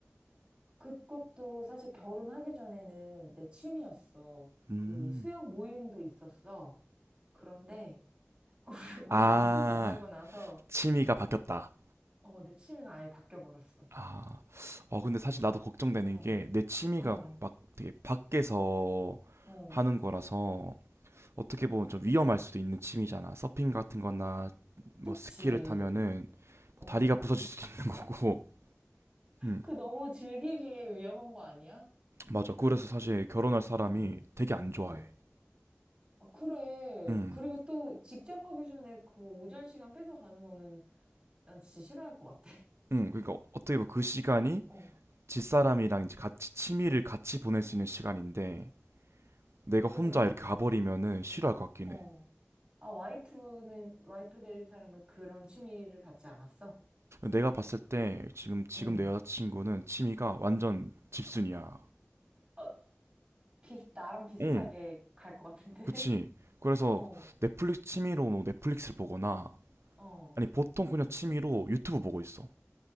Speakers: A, on the right; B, on the right.
A: 그것도 사실 결혼하기 전에는 내 취미였어.
B: 음.
A: 그 수영 모임도 있었어. 그런데 <laughs> 우리
B: 아,
A: 남편 만나고 나서
B: 취미가 바뀌었다.
A: 어, 내 취미가 아예 바뀌어 버렸어.
B: 아, 어, 근데 사실 나도 걱정되는
A: 어,
B: 게 내 취미가
A: 어,
B: 막 되게 밖에서
A: 어.
B: 하는 거라서 어떻게 보면 좀 위험할 수도 있는 취미잖아. 서핑 같은 거나 뭐
A: 그치.
B: 스키를 타면은 뭐
A: 어.
B: 다리가 부서질 수도 있는 거고. 음,
A: 그 너무 즐기기에 위험한 거 아니야?
B: 맞아. 그래서 사실 결혼할 사람이
A: 어,
B: 되게 안
A: 어.
B: 좋아해.
A: 아, 그래.
B: 음,
A: 그리고 또 직장 가기 전에 그 오전 시간 뺏어 가는 거는 난 진짜 싫어할 것 같아. <laughs>
B: 음, 그러니까 어떻게 보면 그 시간이
A: 어,
B: 집사람이랑 이제 같이 취미를 같이 보낼 수 있는 시간인데 내가
A: 그래.
B: 혼자 이렇게 가버리면은 싫어할 것 같긴
A: 어.
B: 해.
A: 아, 와이프는, 와이프 될 사람은 그런 취미를 갖지 않았어?
B: 내가 봤을 때 지금 지금
A: 응.
B: 내 여자친구는 취미가 완전 집순이야.
A: 어, 비슷, 나랑 비슷하게
B: 응,
A: 갈 것 같은데?
B: 그치. 그래서
A: <laughs> 어,
B: 넷플릭스 취미로 뭐 넷플릭스를 보거나
A: 어.
B: 아니 보통 그냥 취미로 유튜브 보고 있어.